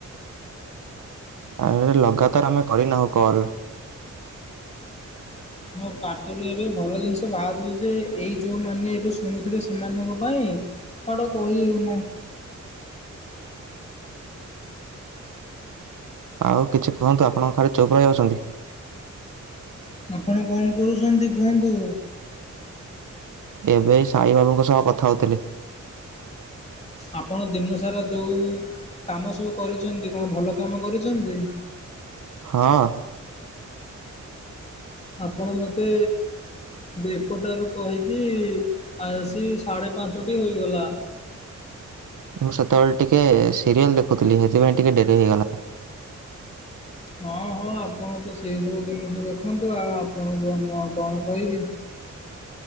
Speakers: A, on the right; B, on the left.
A: ଆ ଲଗାତାର ଆମେ କରିନାହୁ କଲ
B: ମୋ ପାଟିରୁ ଏବେ ଭଲ ଜିନିଷ ବାହାରୁଛି ଯେ ଏଇ ଯୋଉମାନେ ଏବେ ଶୁଣୁଥିବେ ସେମାନଙ୍କ ପାଇଁ। ଛାଡ଼ କହି ହେଉନି।
A: ଆଉ କିଛି କୁହନ୍ତୁ ଆପଣ କଣ ଖାଲି ଚୁପ ରହିଯାଉଛନ୍ତି।
B: ଆପଣ କଣ କରୁଛନ୍ତି କୁହନ୍ତୁ।
A: ଏବେ ଏଇ ସାଇ ବାବୁଙ୍କ ସହ କଥା ହଉଥିଲି।
B: ଆପଣ ଦିନ ସାରା ଯୋଉ କାମ ସବୁ କରିଚନ୍ତି କଣ ଭଲ କାମ କରିଛନ୍ତି।
A: ହଁ।
B: ଆପଣ ମତେ ଏକଟା ରୁ କହିକି ଆସି ସାଢ଼େ ପାଞ୍ଚଟି ହୋଇଇଗଲା।
A: ମୁଁ ସେତେବେଳେ ଟିକେ ସିରିଏଲ ଦେଖୁଥିଲି ସେଥିପାଇଁ ଟିକେ ଡେରି ହେଇଗଲା।
B: ହଁ ହଁ ଆପଣ ତ ସେଇ ସବୁ ଜିନିଷ ଦେଖନ୍ତୁ ଆଉ ଆପଣଙ୍କୁ ମୁଁ ଆଉ କଣ କହିବି।